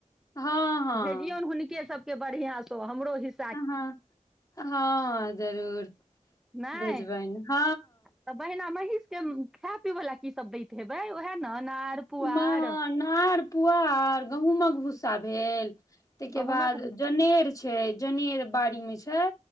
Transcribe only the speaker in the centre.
भेजियौन हुनके सबके बढ़िआसँ हमरो हिस
नहि
तऽ बहिना महीषके खााय पिला की सब दैत हेबै ओएह ने अनार पुआर
गहुँमक